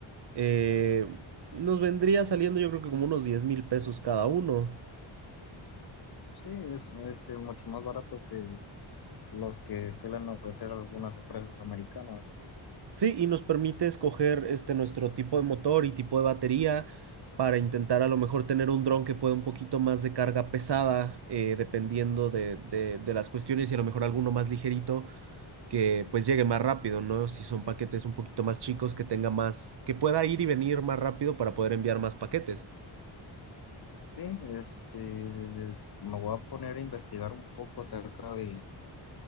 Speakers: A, on the right; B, on the left.
A: Eh, nos vendría saliendo yo creo que como unos 10 mil pesos cada uno.
B: Sí, es este, mucho más barato que los que suelen ofrecer algunas empresas americanas.
A: Sí, y nos permite escoger este nuestro tipo de motor y tipo de batería para intentar a lo mejor tener un dron que pueda un poquito más de carga pesada, eh, dependiendo de, de- de las cuestiones, y a lo mejor alguno más ligerito que pues llegue más rápido, ¿no? Si son paquetes un poquito más chicos, que tenga más, que pueda ir y venir más rápido para poder enviar más paquetes.
B: Sí, este, me voy a poner a investigar un poco acerca de,